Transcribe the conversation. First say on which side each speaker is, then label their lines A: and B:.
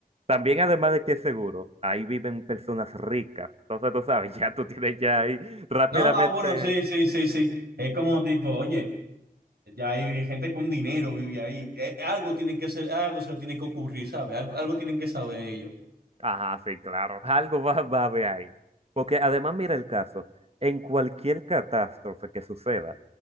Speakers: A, on the right; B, on the right.
A: También además de que es seguro, ahí viven personas ricas. Entonces tú sabes, <laughs> ya tú tienes ya ahí rápidamente.
B: No, no, bueno, sí, sí, sí, sí. Es como tipo, oye, ya hay gente con dinero vive ahí. Eh, algo tienen que ser, algo se le tiene que ocurrir, ¿sabes? Algo, algo tienen que saber ellos.
A: Ajá, sí, claro. Algo va, va a haber ahí. Porque además mira el caso. En cualquier catástrofe que suceda,